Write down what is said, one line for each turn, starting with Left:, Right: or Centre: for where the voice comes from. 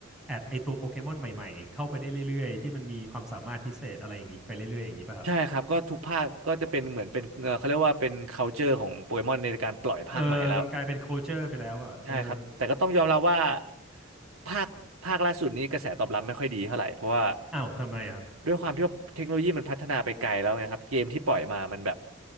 Centre: แอดไอตัวโปเกมอนใหม่ๆเข้าไปได้เรื่อยๆที่มันมีความสามารถพิเศษอะไรอย่างนี้ไปเรื่อยๆอย่างนี้ป่ะครับ
Right: ใช่ครับก็ทุกภาคก็จะเป็นเหมือนเป็นเอ่อเขาเรียกว่าเป็น culture ของโปเกมอนในการปล่อยภาคใหม่แล้ว
Centre: เออมันกลายเป็น culture ไปแล้วอ่ะเออ
Right: ใช่ครับแต่ก็ต้องยอมรับว่าภาคภาคล่าสุดนี้กระแสตอบรับไม่ค่อยดีเท่าไหร่เพราะว่า
Centre: อ้าวทำไมอะครับ
Right: ด้วยความที่ว่าเทคโนโลยีมันพัฒนาไปไกลแล้วไงครับเกมที่ปล่อยมามันแบบ